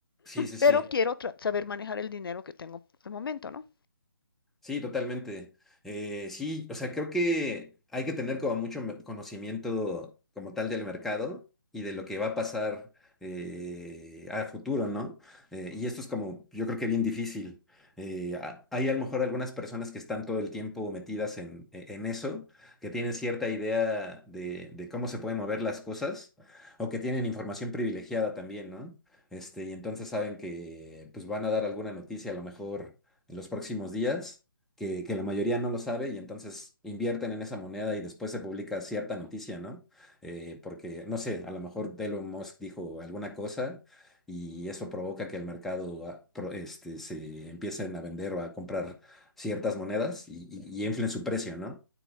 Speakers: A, in the centre; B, on the left.
A: Sí, sí, sí.
B: pero quiero tra saber manejar el dinero que tengo al momento, ¿no?
A: Sí, totalmente. Eh, sí, o sea, creo que hay que tener como mucho me- conocimiento como tal del mercado y de lo que va a pasar eh, a futuro, ¿no? Eh, y esto es como, yo creo que bien difícil. Eh, a- hay a lo mejor algunas personas que están todo el tiempo metidas en, e- en eso, que tienen cierta idea de, de cómo se pueden mover las cosas o que tienen información privilegiada también, ¿no? Este, y entonces saben que pues van a dar alguna noticia a lo mejor en los próximos días que, que la mayoría no lo sabe y entonces invierten en esa moneda y después se publica cierta noticia, ¿no? Eh, porque, no sé, a lo mejor Elon Musk dijo alguna cosa y eso provoca que el mercado ah, pro- este, se empiecen a vender o a comprar ciertas monedas y, y, y inflen su precio, ¿no?